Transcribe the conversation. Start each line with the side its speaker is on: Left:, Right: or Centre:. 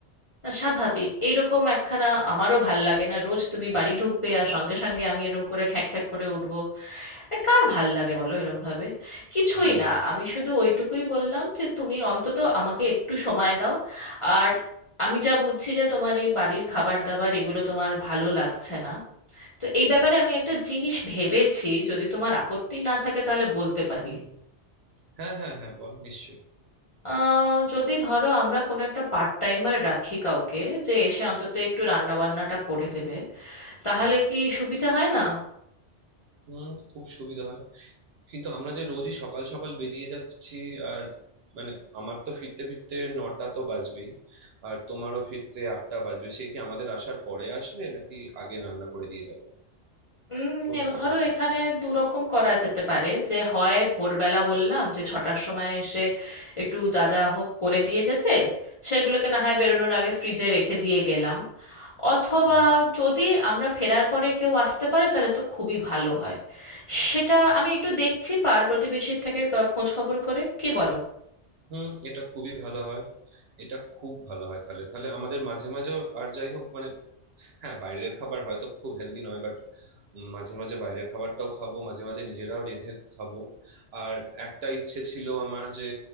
Left: স্বাভাবিক এইরকম একখানা আমারও ভাল লাগে না রোজ তুমি বাড়ি ঢুকবে আর সঙ্গে সঙ্গে আমি এরকম করে খ্যাঁক খ্যাঁক করে উঠবো এ কার ভাল লাগে বলো এরম ভাবে কিছুই
Right: হুম
Left: না আমি শুধু ওইটুকুই বললাম যে তুমি অন্তত আমাকে একটু সময় দাও আর আমি যা বুঝছি যে তোমার এই বাড়ির খাবার দাবার এগুলো তোমার ভালো লাগছে না তো এই ব্যাপারে আমি একটা জিনিস ভেবেছি যদি তোমার আপত্তি না থাকে তাহলে বলতে পারি
Right: হুম হ্যাঁ হ্যাঁ হ্যাঁ বলো নিশ্চয়ই
Left: আহ যদি ধরো আমরা কোনো একটা পার্ট টাইমার রাখি কাউকে যে এসে অন্তত একটু রান্না বান্নাটা করে দেবে তাহলে
Right: হুম
Left: কি সুবিধা হয় না
Right: হুম, খুব সুবিধা হয় কিন্তু আমরা যে রোজই সকাল সকাল বেরিয়ে যাচ্ছি আর মানে আমার তো ফিরতে ফিরতে নটা তো বাজবেই আর তোমারও ফিরতে আটটা বাজবে সে কি আমাদের আসার পরে আসবে নাকি আগে রান্না করে দিয়ে যাবে
Left: উম
Right: কোনটা
Left: এ- ধরো
Right: ভালো
Left: এখানে
Right: হবে
Left: দু রকম করা যেতে পারে যে হয় ভোরবেলা বললাম যে ছটার সময় এসে একটু যা যা হোক করে দিয়ে যেতে সেগুলোকে না হয় বেরোনোর আগে ফ্রিজে রেখে দিয়ে গেলাম অথবা
Right: হুম
Left: যদি আমরা ফেরার পরে কেউ আসতে পারে তাহলে তো খুবই ভালো হয় সেটা
Right: হুম
Left: আমি একটু দেখছি পাড়া প্রতিবেশীর থেকে ক- খোঁজ খবর করে কি বলো
Right: হুম, এটা খুবই ভালো হয় এটা খুব ভালো হয় তাহলে তাহলে আমাদের মাঝে মাঝে আর যাই হোক মানে হ্যাঁ বাইরের খাবার হয়তো খুব হেলদি নয় বাট মাঝে মাঝে বাইরের খাবারটাও খাবো মাঝে মাঝে নিজেরাও রেঁধে খাবো আর একটা ইচ্ছে ছিল আমার যে